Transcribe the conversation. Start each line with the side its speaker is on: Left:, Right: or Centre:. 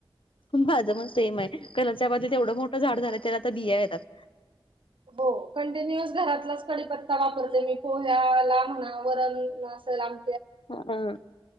Left: माझं मग सेम आहे, घराच्या बाद्दलीत एवढं मोठं झाड झालं त्याला आता बिया यायल्यात.
Right: हो, कंटिन्यु अस घरातलाच कडीपत्ता वापरते मी, पोह्याला म्हणा वरण अस लां.
Left: हां,